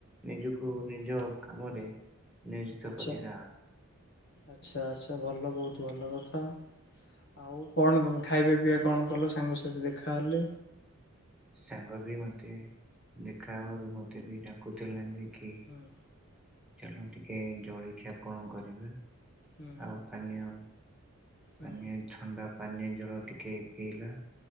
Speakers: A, in the centre; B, on the left.
A: ନିଜକୁ ନିଜ କାମରେ ନିୟୋଜିତ
B: ଆଚ୍ଛା
A: କରିବା ଆଉ।
B: ଆଚ୍ଛା, ଆଚ୍ଛା। ଭଲ, ବହୁତ ଭଲ କଥା। ଆଉ କଣ କ ଖାଇବା ପିଇବା କଣ କଲ? ସାଙ୍ଗସାଥି ଦେଖାହେଲେ।
A: ସାଙ୍ଗ ବି ମତେ ଦେଖା ହେବାରୁ, ମତେ ବି ଡାକୁଥିଲା ଯେ କି
B: ହୁଁ।
A: ଚାଲ, ଟିକେ ଜଳଖିଆ କଣ କରିବା,
B: ହୁଁ
A: ଆଉ ପାନୀୟ
B: ହୁଁ
A: ପାନୀୟ, ଥଣ୍ଡା ପାନୀୟ ଜଳ ଟିକେ ପିଇଲା।